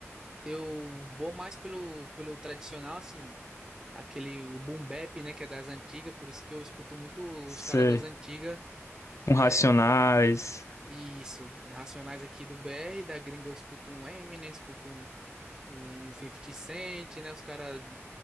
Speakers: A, on the right; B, on the left.
A: eu vou mais pelo pelo tradicional, assim, aquele o boom bap, né, que é das antigas, por isso que eu escuto muito
B: Você.
A: os caras das antigas.
B: Com
A: É,
B: Racionais.
A: isso, Racionais aqui do BR, da gringa eu escuto um Eminem, escuto um um fifty Cent, né? Os caras